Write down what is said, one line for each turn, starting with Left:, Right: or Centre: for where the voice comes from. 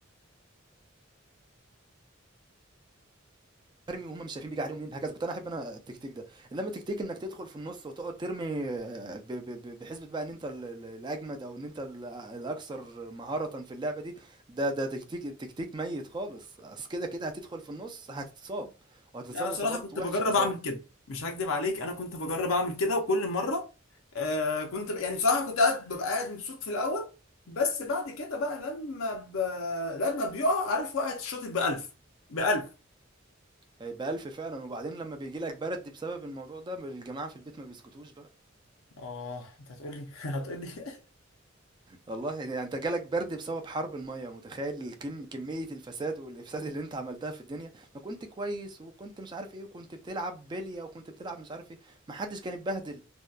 Right: أرمي وهُم مش شايفين بييجي عليهم مين، هكذا، كنت أنا أحب أنا التكتيك ده، إنما تكتيك إنك تدخل في النُص وتقعد ترمي آه، ب ب ب بحسبة بقى إن أنت ال ال الأجمد أو إن أنت ال الأكثر مهارةً في اللعبة دي، ده ده تكتيك تكتيك ميت خالص، أصل كده، كده هتدخل في النُص هتتصاب، وهتتصاب
Left: انا بصراحه
Right: إصابات
Left: كنت
Right: وِحشة،
Left: بجرب
Right: إصابة
Left: اعمل كده مش هكدب عليك انا كنت بجرب اعمل كده وكل مره آه كنت ب... يعني بصراحه كنت قاعد ببقى قاعد مبسوط في الاول بس بعد كده بقى لما ب... لما بيقع عارف وقعت الشاطئ ب 1000 ب 1000
Right: هيبقى ألْف فعلًا، وبعدين لمّا بييجي لك برد بسبب الموضوع ده، ب الجماعة في البيت ما بيسكتوش بقى.
Left: اه انت هتقول لي هتقول لي <laughs>
Right: والله يعني انت جالك برد بسبب حرب المية متخيل الكم كمية الفساد والإفساد اللي انت عملتها في الدنيا ما كنت كويس وكنت مش عارف ايه وكنت بتلعب بلية وكنت بتلعب مش عارف ايه ما حدش كان اتبهدل